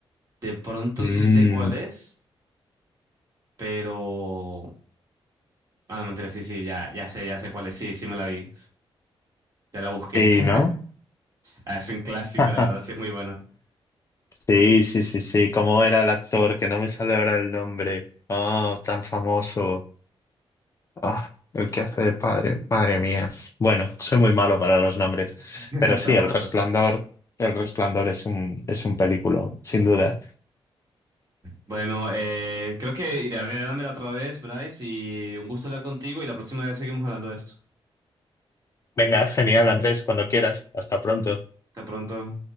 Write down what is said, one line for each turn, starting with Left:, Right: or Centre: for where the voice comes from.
Right: De pronto
Left: Mm,
Right: sí sé cuál es, pero... Ah, no, mentira, sí, sí, ya, ya sé, ya sé cuál es, sí, sí me la vi, ya la busqué.
Left: sí,
Right: <laughs>
Left: ¿no?
Right: Ah, es un clásico,
Left: <laughs>
Right: la verdad, sí es muy buena.
Left: Sí, sí, sí, sí. ¿Cómo era el actor? Que no me sale ahora el nombre. Ah, tan famoso. Ah, el que hace de padre. Madre mía. Bueno, soy muy malo para los nombres.
Right: <laughs>
Left: Pero
Right: Estamos
Left: sí, El Resplandor. El Resplandor es un, es un película, sin duda.
Right: Bueno, eh, creo que iré a verla otra vez, Bryce, y un gusto hablar contigo y la próxima vez seguimos hablando de esto.
Left: Venga, genial, Andrés, cuando quieras. Hasta pronto.
Right: Hasta pronto.